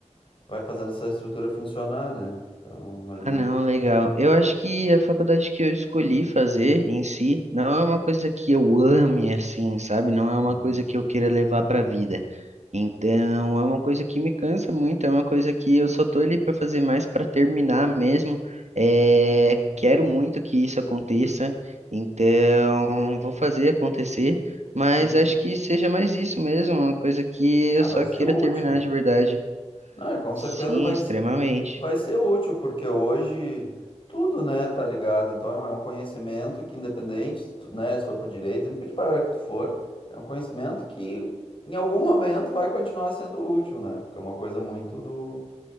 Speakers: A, on the left; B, on the right.
A: vai fazendo essa estrutura funcionar, né? Então, mais
B: Ah,
A: ou menos.
B: não, legal. Eu acho que a faculdade que eu escolhi fazer em si não é uma coisa que eu ame assim, sabe? Não é uma
A: Uhum.
B: coisa que eu queira levar para a vida. Então, é uma coisa que me cansa muito, é uma coisa que eu só tô ali para fazer mais para terminar mesmo. É, quero muito que isso aconteça, então vou fazer acontecer, mas
A: Sim.
B: acho que seja mais isso mesmo, uma coisa que eu
A: Ah,
B: só
A: vai ser
B: queira
A: útil.
B: terminar de verdade.
A: Não, e com certeza
B: Sim,
A: vai,
B: extremamente.
A: Vai ser útil, porque hoje tudo, né, tá ligado. Então é um é um conhecimento que, independente, se tu, né, se for por direito, independente para a área que tu for, é um conhecimento que em algum momento vai continuar sendo útil, né? Porque é uma coisa muito do,